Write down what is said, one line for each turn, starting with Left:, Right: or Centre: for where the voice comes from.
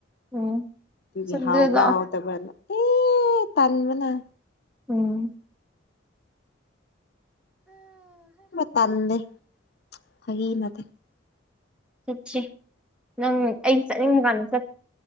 Centre: ꯎꯝ
Left: ꯗꯒꯤ
Centre: ꯆꯠꯂꯨ
Left: ꯍꯥꯎꯕ꯭ꯔ
Centre: ꯂꯥꯛꯑꯣ
Left: ꯍꯥꯎꯇꯕ꯭ꯔꯅ ꯑꯦ ꯇꯟꯕꯅ
Centre: ꯎꯝ
Left: ꯇꯜꯂꯤ ꯐꯥꯒꯤ ꯅꯠꯇꯦ
Centre: ꯆꯠꯁꯦ ꯅꯪ ꯑꯩ ꯆꯠꯅꯤꯡꯕ ꯀꯥꯟꯗ ꯆꯠ